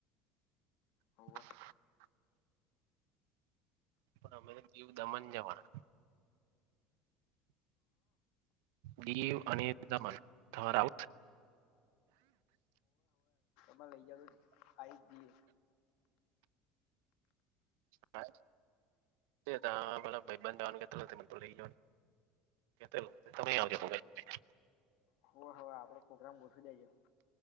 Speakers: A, on the left; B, on the right.
A: હોવે
B: <inaudible> પણ અમે દીવ દમન જવાના દીવ અને દમન તમારે આવું?
A: મને લઈ જાજોન આવી જ જીએ.
B: હા તું અન તારા બધા ભ‌ઈબંધ આવાનું કેતો તો લઈ ગ્યો ની. કેતો તો તમેય આવજો ભા‌ઈબંધને લ‌ઈન
A: હુ હવે આપડો ફો ગ્રામ ગોઠવી દેજો.